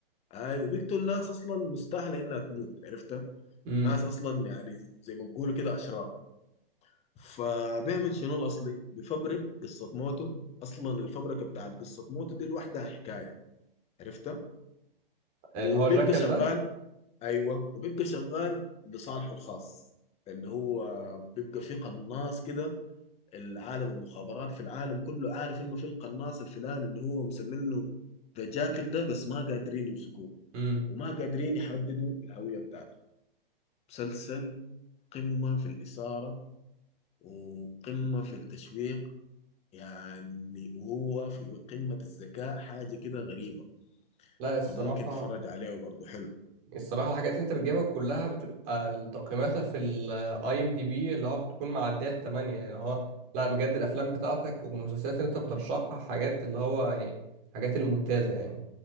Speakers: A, on the left; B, on the right.
A: اي وبيقتل ناس اصلا مستاهله انها تموت عرفتها
B: امم
A: ناس اصلا يعني زي ما بيقولوا كده اشرار فبيعمل شنو الاصلي بفبرك قصه موته اصلا الفبركه بتاعت قصه موته دي لوحدها حكايه عرفتها
B: اللي
A: وبيبقى
B: هو جاكل
A: شغال
B: ده
A: ايوه وبيبقى شغال لصالحه الخاص اللي هو بيبقى في قناص كده العالم المخابراتي في العالم كله عارف انه في القناص الفلاني اللي هو مسمينه ذا جاكل ده بس ما قادرين يمسكوه
B: امم
A: وما قادرين يحددوا الهوية بتاعته مسلسل قمة في الإثارة وقمة في التشويق يعني وهو في قمة الذكاء حاجة كده غريبة
B: لا الصراحة
A: فممكن تتفرج عليه برضه حلو
B: الصراحة الحاجات اللي انت بتجيبها كلها بتبقى تقييماتها في الاي ام دي بي اللي هو بتكون معدية التمانية يعني هو لا بجد الافلام بتاعتك والمسلسلات اللي انت بترشحها حاجات اللي هو يعني حاجات الممتازة يعني